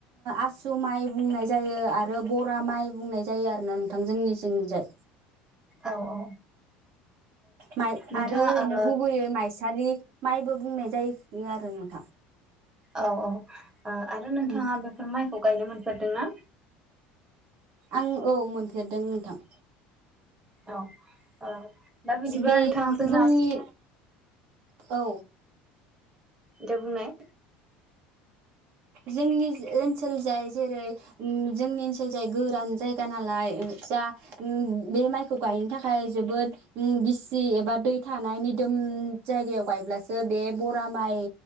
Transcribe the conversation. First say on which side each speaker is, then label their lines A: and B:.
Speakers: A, on the right; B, on the right.
A: आसु माइ बुंनाय जायो आरो आरो बरा माइ बुंनाय जायो आरोना नोंथां जोंनि थिंजाय।
B: औ औ
A: माइ
B: नोंथां
A: आरो ओरैनो
B: नोंथाङा ओ
A: गुबैयै माइसालि माइबो बुंनाय जायोखि आरो नोंथां।
B: औ औ ओ आरो नोंथाङा
A: उम
B: बेफोर माइखौ गायनो मोनफेरदोंना?
A: आं औ मोनफेरदों नोंथां।
B: औ ओ दा बिदिबा
A: बे
B: नोंथां जोंना
A: जोंनि
B: स
A: औ
B: दे बुंनाय
A: जोंनि जो ओनसोल जाय जेरै उम जोंनि ओनसोल जाय गोरान जायगा नालाय ओ जा उम बे माइखौ गायनो थाखाय जोबोद उम गिसि एबा दै थानायनि दोम उम जायगायाव गायब्लासो बे बरा माइ